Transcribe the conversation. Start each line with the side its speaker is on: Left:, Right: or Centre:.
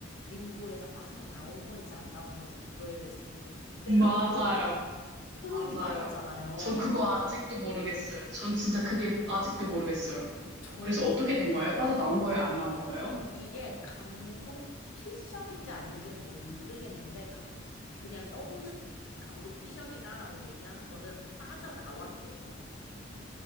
Left: 림보에서 빠져나온 건지 안 나온 건지 그거에 대해서 되게 그때
Right: 맞아요.
Left: 당시에는
Right: 맞아요.
Left: 토론이 많았잖아요.
Right: 전 그거 아직도 모르겠어요. 전 진짜 그게 아직도 모르겠어요.
Left: 저,
Right: 그래서 어떻게 된 거예요? 빠져나온 거예요? 안 나온 거예요?
Left: 이게 감독 피셜인지 아닌지는 모르겠는데, 감, 그냥 떠도는 감독 피셜이다라고 얘기하는 거는 빠져나왔대요.